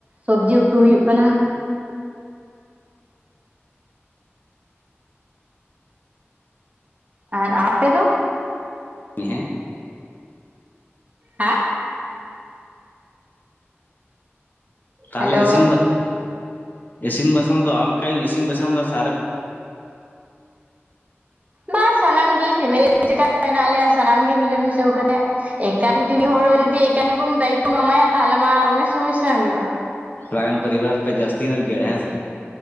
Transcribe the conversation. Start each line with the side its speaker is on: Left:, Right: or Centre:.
Right: ᱥᱚᱵᱡᱤ ᱩᱛᱩ ᱦᱩᱭᱩᱜ ᱠᱟᱱᱟ ᱾ ᱟᱨ ᱟᱯᱮ ᱫᱚ?
Left: ᱦᱮᱸ ᱾
Right: ᱦᱟ
Left: ᱛᱟᱦᱚᱞᱮ
Right: ᱦᱮᱞᱳ
Left: ᱤᱥᱤᱱ ᱫᱚ, ᱤᱥᱤᱱ ᱵᱟᱥᱟᱝ ᱫᱚ ᱟᱢ ᱮᱠᱟᱭ ᱜᱮ ᱤᱥᱤᱱ ᱵᱟᱥᱟᱝ ᱫᱟ ᱥᱮ ᱟᱨ
Right: ᱵᱟ ᱥᱟᱱᱟᱢ ᱜᱤ, ᱯᱷᱮᱢᱮᱞᱤ ᱪᱮᱠᱟ ᱢᱮᱱᱟᱜ ᱞᱮᱭᱟ ᱥᱟᱱᱟᱢ ᱜᱤ ᱢᱤᱞᱟᱹ ᱢᱤᱥᱟᱹᱣ ᱠᱟᱛᱮᱜᱮ ᱮᱠᱟ ᱡᱩᱫᱤ ᱢᱤᱫ ᱦᱚᱲ ᱡᱩᱫᱤ ᱮᱠᱟ ᱜᱤ ᱵᱚᱱ ᱫᱟᱭᱤᱛᱚᱢ ᱮᱢᱟᱭᱟ, ᱛᱟᱦᱚᱞᱮ ᱢᱟ ᱫᱚᱢᱮ ᱥᱚᱢᱚᱥᱥᱟ ᱦᱩᱭᱩᱜᱼᱟ ᱾
Left: ᱛᱷᱚᱲᱟ ᱜᱟᱱ ᱯᱟᱹᱨᱤᱵᱟᱨ ᱯᱮ ᱡᱟᱥᱛᱤ ᱧᱚᱜ ᱜᱤᱭᱟ ᱦᱮᱸ ᱥᱮ ᱾